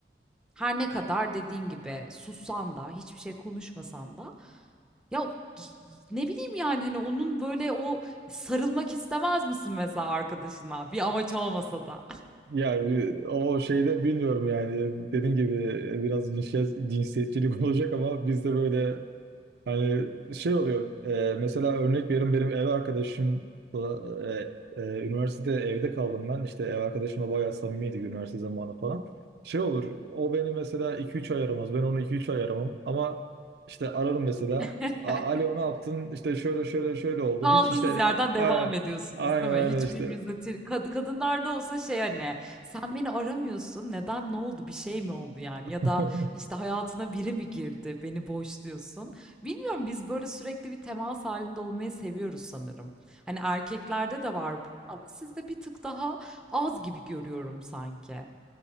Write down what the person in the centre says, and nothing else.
Her ne kadar dediğin gibi sussan da hiçbir şey konuşmasan da ya ne bileyim yani hani onun böyle o sarılmak istemez misin mesela arkadaşına bir amaç olmasa da.
<laughs>
Kaldığınız
yerden devam
ediyorsunuz,
değil mi?
Hiç
birbirinize tir Kad kadınlarda olsa şey hani sen beni aramıyorsun. Neden? Ne oldu? Bir şey mi oldu yani? Ya
da işte hayatına biri mi girdi? Beni boşluyorsun. Bilmiyorum biz böyle sürekli bir temas halinde olmayı seviyoruz sanırım. Hani erkeklerde de var bu ama sizde bir tık daha az gibi görüyorum sanki.